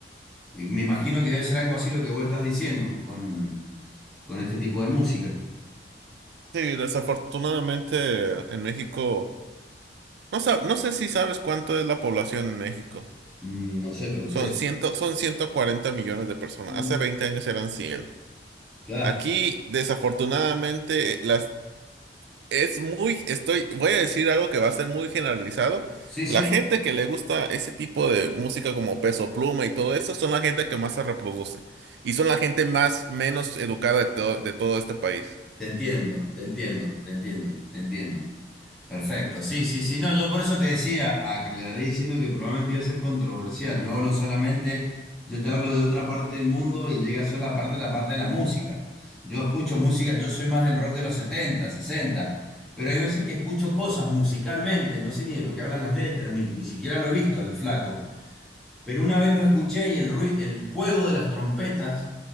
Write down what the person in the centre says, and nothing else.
Y me imagino que debe ser algo así lo que vos estás diciendo con, con este tipo de música.
Mm, no sé, pero ustedes...
Mm.
Claro.
Sí, sí.
Te entiendo, te entiendo, te entiendo, te entiendo. Perfecto, sí, sí, sí, no, yo por eso te decía, a que le haré diciendo que probablemente iba a ser controversial, yo hablo solamente, yo te hablo de otra parte del mundo y llega solo la parte, la parte de la música. Yo escucho música, yo soy más del rock de los 70, 60, pero hay veces que escucho cosas musicalmente, no sé ni de lo que hablan las letras, ni, ni siquiera lo he visto al flaco, pero una vez lo escuché y el ruido, el juego de las trompetas,